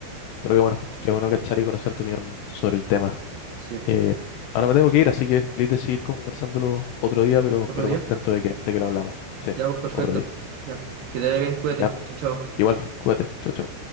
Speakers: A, on the left (about 85°); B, on the right (about 65°).
A: Pero qué bueno, qué bueno cachar
B: sí.
A: y conocer tu opinión sobre el tema.
B: sí.
A: Eh, ahora me tengo que ir, así que feliz de seguir conversándolo otro día, pero,
B: Otro
A: pero
B: día.
A: contento de que, de que lo hablamos. Sí,
B: Ya, pues perfecto.
A: otro día.
B: Ya, que te vaya bien, cuídate.
A: Ya, pues.
B: Chao, chao.
A: Igual, cuídate. Chau, chau.